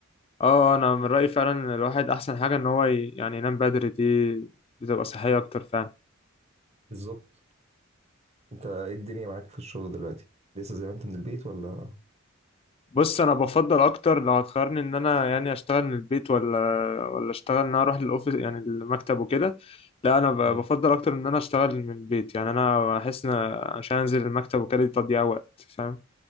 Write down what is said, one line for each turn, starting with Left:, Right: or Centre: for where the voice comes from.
Left: اه اه، انا من رأيي فعلا إن الواحد احسن حاجة ان هو ي- يعني ينام بدري دي بتبقى صحية اكتر فعلا
Right: بالظبط انت ايه الدنيا معاك في الشغل دلوقتي لسه زي ما انت من البيت ولا
Left: بص انا بفضل اكتر لو هتخيرني ان انا يعني اشتغل من البيت ولا ولا اشتغل ان انا اروح الاوفيس يعني المكتب وكده لا انا ب-
Right: مم.
Left: بفضل اكتر ان انا اشتغل من البيت يعني انا احس ان عشان انزل المكتب وكده دي تضييع وقت فاهم